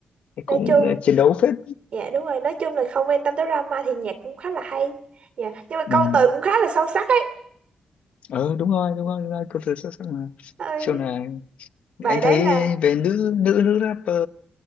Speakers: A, on the left; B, on the right.
A: cũng
B: nói
A: cũng
B: chung
A: ờ, chiến đấu phết
B: dạ đúng rồi nói chung là không quan tâm tới drama thì nhạc cũng khá là hay dạ nhưng mà
A: ừ.
B: câu từ cũng khá là sâu sắc ấy
A: ờ đúng rồi đúng rồi đúng rồi cô thử xuất sắc mà
B: ơi
A: sau này
B: bài
A: anh
B: đấy
A: thấy
B: là
A: về nữ nữ nữ rapper